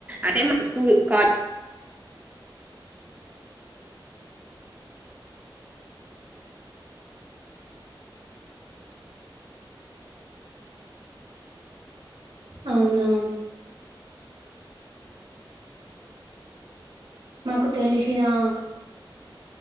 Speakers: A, on the right (about 20°); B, on the right (about 70°).
A: అదే మా స్కూల్ కాల్
B: అవునా మాకు తెలిసినా